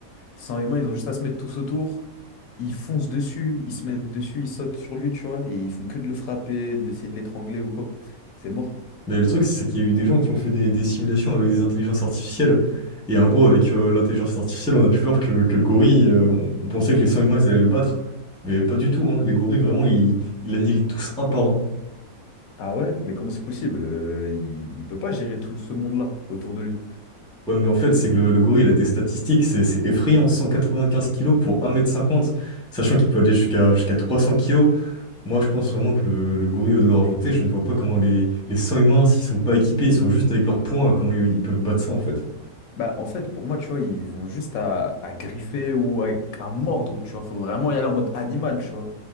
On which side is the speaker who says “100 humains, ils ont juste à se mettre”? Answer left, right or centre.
Left